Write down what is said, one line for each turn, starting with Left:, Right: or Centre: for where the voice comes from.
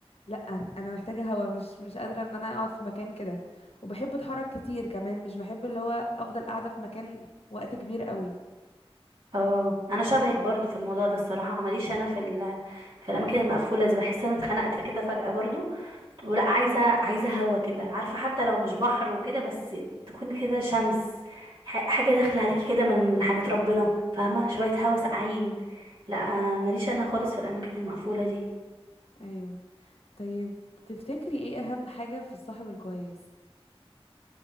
Left: لا انا محتاجه هوا مش مش قادره ان انا اقعد في مكان كده وبحب اتحرك كتير كمان مش بحب اللي هو افضل قاعده في مكان وقت كبير قوي
Right: اه انا شبهك برضو في الموضوع ده الصراحه ماليش انا في ال... في الاماكن المقفوله دي بحس ان انا اتخنقت كده فجاه برضو ولا عايزه عايزه هوا كده عارفه حتى لو مش بحر وكده بس تكون كده شمس ح- حاجه داخله عليكي كده من حاجات ربنا فاهمه شويه هوا ساقعين لا آه، ماليش انا خالص في الاماكن المقفوله دي
Left: ايوه طيب تفتكري ايه اهم حاجه في الصاحب الكويس